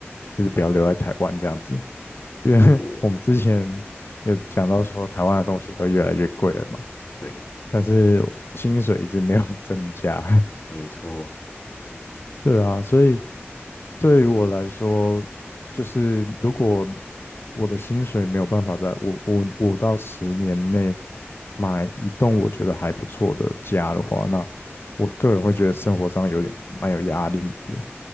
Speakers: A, on the left; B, on the left.
A: 就是不要留在台湾这样子，因为 <laughs>
B: 出国，
A: 我们之前有讲到说台湾的东西都越来越贵了嘛，
B: 嗯，对，
A: 但是薪水一直没有 <laughs> 增加，
B: 没错，
A: <laughs> 对啊，所以对于我来说，就是如果我的薪水没有办法在五五五到十年内买一栋我觉得还不错的家的话，那我个人会觉得生活上有点蛮有压力的。